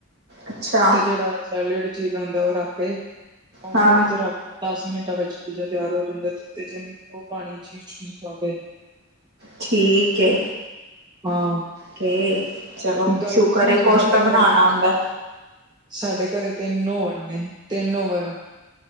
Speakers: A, on the right; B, on the right.
A: ਅੱਛਾ
B: ਤੇ ਜੇੜਾ ਸੈਲੇਡ ਚੀਰਯਾ ਹੁੰਦਾ ਓ ਰੱਖ ਕੇ ਓਵਨ
A: ਹਾਂ
B: ਵਿੱਚ ਰੱਖ ਦਸ ਮਿੰਟਾਂ ਵਿੱਚ ਪੀਜ਼ਾ ਤਿਆਰ ਹੋ ਜਾਂਦਾ ਜਿਤੇ ਜਿਮ ਉਹ ਪਾਣੀ ਚੀਜ਼ -ਚੂਜ ਪਾਵੇ।
A: ਠੀਕ ਏ।
B: ਹਾਂ।
A: ਕੇ ਚਲੋ
B: ਗੱਲ
A: ਸ਼ੁਕਰ
B: ਦੱਸਾਂ
A: ਏ
B: ਕਿ
A: ਕੁਛ
B: ਸਾਡੇ
A: ਤਾਂ ਬਣਾਣਾ
B: ਘਰੇ
A: ਆੰਦੈ।
B: ਸਾਡੇ ਘਰੇ ਤਿੰਨ ਓਵੰਣ ਨੇ, ਤਿੰਨ ਓਵਨ।